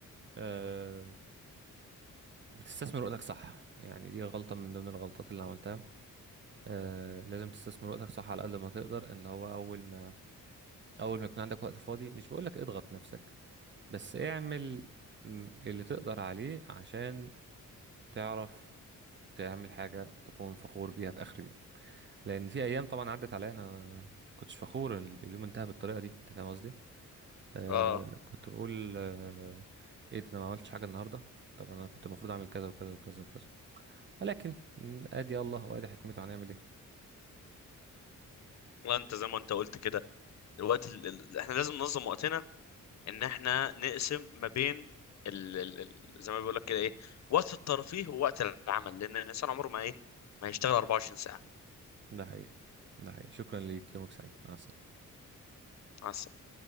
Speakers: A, on the right; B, on the left.
A: آه بتستثمر وقتك صح يعني دي غلطة من ضمن الغلطات اللي عملتها آه لازم تستثمر وقتك صح على قد ما تقدر ان هو اول ما اول ما يكون عندك وقت فاضي مش بقول لك اضغط نفسك بس اعمل م، اللي تقدر عليه عشان تعرف تعمل حاجة تكون فخور بيها في آخر اليوم لان في ايام طبعا عدت عليا انا كنتش فخور ال- اليوم انتهى بالطريقه دي انت فاهم قصدي آه
B: اه
A: كنت بقول آه ايه ده انا ما عملتش حاجه النهارده طب انا كنت المفروض اعمل كذا وكذا وكذا وكذا ولكن آه، ادي الله وادي حكمته هنعمل ايه
B: والله انت زي ما انت قلت كده الوقت ال... ال- احنا لازم ننظم وقتنا ان احنا نقسم ما بين ال... ال... ال- زي ما بيقول لك كده ايه وقت الترفيه ووقت العمل لان الانسان عمره ما ايه ما هيشتغل 24 ساعة
A: ده حقيقي ده حقيقي شكرا ليك يومك سعيد مع السلامه
B: مع السلامة